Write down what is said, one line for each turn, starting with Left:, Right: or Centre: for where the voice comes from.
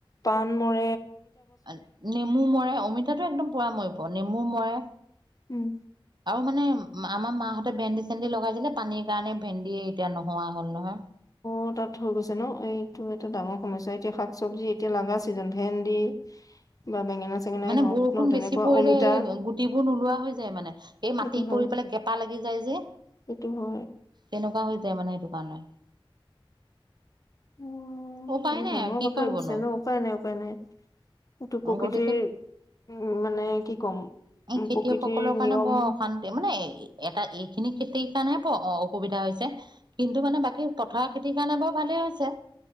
Left: পান মৰ
Right: আ নেমু মৰাই, অমিতাটো একদম পুৰা ময় পোৱা নেমু মৰে
Left: উম
Right: আৰু মানে আমাৰ মানহঁতে ভেন্দি চেন্দি লগাইছিলে পানীৰ কাৰণে ভেন্দিয় এতিয়া নোহোৱা হ'ল নহয়
Left: বতৰ থৈ গৈছে ন এইটো এটা ডাঙৰ সমস্যা এতিয়া শাক চব্জি এতিয়া লগা ছিজন ভেন্দি বা বেঙেনা চেঙেনাই
Right: মানে
Left: হওক
Right: বৰষুণ
Left: ন তেনেকুৱা
Right: বেছি পৰিলে
Left: অমিতা
Right: এই গুটিবোৰ নোলোৱা হৈ যায় মানে এই
Left: সেইটো
Right: মাটি
Left: হয়
Right: পৰি পেলাই গেপা লাগি যাই যে
Left: সেইটো হয়
Right: তেনেকুৱা হৈ যায় মানে সেইটো কাৰণে
Left: উম
Right: উপায়
Left: বৰ
Right: নাই
Left: ডাঙৰ
Right: আৰু কি
Left: কথা
Right: কৰিবনো
Left: হৈছে ন উপায় নাই উপায় নাই এইটো প্ৰকৃতিৰ
Right: গতিকে
Left: উম মানে কি ক'ম
Right: এই
Left: উম
Right: খেতিয়কসকলৰ
Left: প্ৰকৃতিৰ
Right: কাৰণে
Left: নিয়ম
Right: বৰ অশান্তি মানে এটা এইখিনি সেই কাৰণে ক অ অসুবিধা হৈছে কিন্তু মানে বাকী পথাৰ খেতিৰ কাৰণে বৰ ভালেই হৈছে